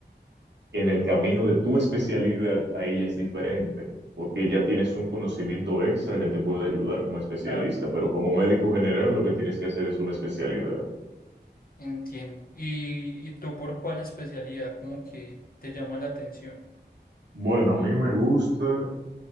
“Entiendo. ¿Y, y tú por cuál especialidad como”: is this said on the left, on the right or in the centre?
Left